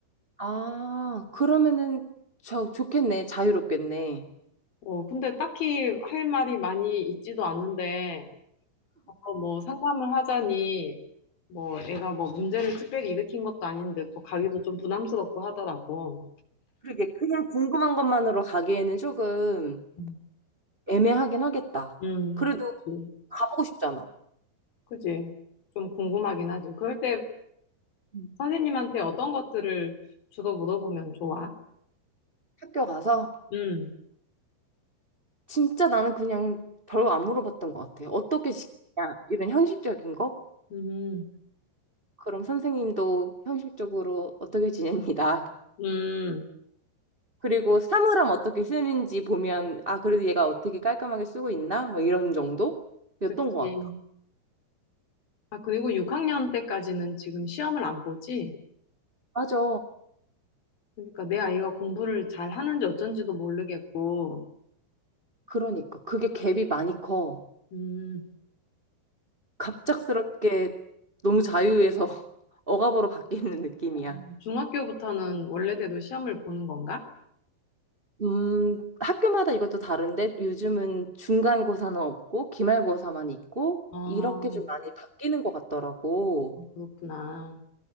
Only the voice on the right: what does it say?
아, 그러면은 저 좋겠네. 자유롭겠네.
그러게. 그냥 궁금한 것만으로 가기에는 조금
애매하긴 하겠다.
그래도
가보고 싶잖아.
음.
학교 가서
진짜 나는 그냥 별거 안 물어봤던 것 같아. 어떻게 지내냐? 이런 형식적인 거?
그럼 선생님도 형식적으로 어떻게 지냅니다.
<laughs> 그리고 사물함 어떻게 쓰는지 보면 아 그래도 얘가 어떻게 깔끔하게 쓰고 있나? 뭐 이런 정도였던
것 같아.
맞아.
그러니까 그게 갭이 많이 커.
갑작스럽게 너무 자유에서 <laughs> 억압으로 바뀌는 느낌이야.
음, 학교마다 이것도 다른데 요즘은 중간고사는 없고 기말고사만 있고
이렇게 좀 많이 바뀌는 것 같더라고.